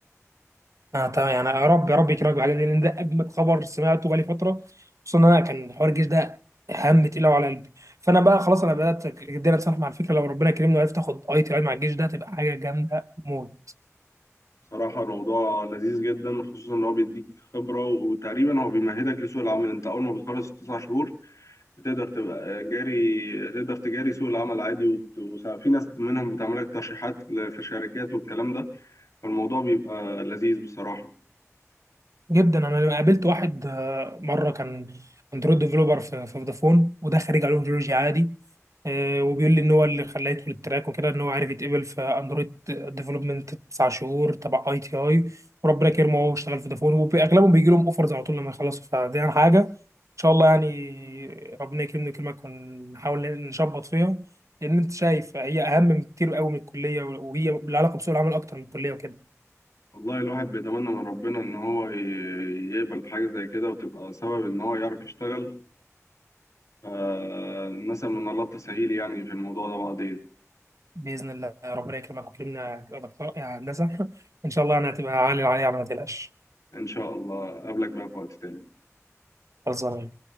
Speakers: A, on the right; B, on the left.
A: اه تمام يعني يا رب يا رب يكرمك بالحاجات دي لان ده اجمد خبر سمعته بقالي فتره خصوصا ان انا كان حوار الجيش ده هم تقيل قوي على قلبي فانا بقى خلاص انا بدات جدا اتصالح مع الفكره لو ربنا كرمني وعرفت اخد اي تي اي مع الجيش ده تبقى حاجه جامده موت
B: بصراحة الموضوع لذيذ جدا خصوصا إن هو بيديك خبرة وتقريبا هو بيمهدك لسوق العمل أنت أول ما بتخلص التسع شهور بتقدر تبقى جاري تقدر تجاري سوق العمل عادي وت- وس- في ناس منهم بتعمل لك ترشيحات ل- في شركات والكلام ده فالموضوع بيبقى لذيذ بصراحة
A: جدا انا قابلت واحد آه، مره كان اندرويد ديفلوبر في في فودافون وده خريج علوم جيولوجيا عادي آه، وبيقول لي ان هو اللي خلاه يدخل التراك وكده ان هو عارف يتقبل في اندرويد ديفلوبمنت تسع شهور تبع اي تي اي وربنا كرمه وهو اشتغل في فودافون واغلبهم بيجي لهم اوفرز على طول لما يخلصوا فدي يعني حاجه ان شاء الله يعني ربنا يكرمني ويكرمك ونحاول نشبط فيها لان انت شايف هي اهم بكتير قوي من الكليه وهي لها علاقه بسوق العمل اكتر من الكليه وكده
B: والله الواحد بيتمنى من ربنا إن هو ي- يقبل حاجة زي كده وتبقى سبب إن هو يعرف يشتغل فالمثل من الله التسهيل يعني في الموضوع ده بعدين
A: باذن الله ربنا يكرمك ويكرمنا يا دكتور يا هندسه <laughs> ان شاء الله انا هتبقى عالي العالي على ما تقلقش
B: إن شاء الله أقابلك بقى في وقت تاني
A: خلصانه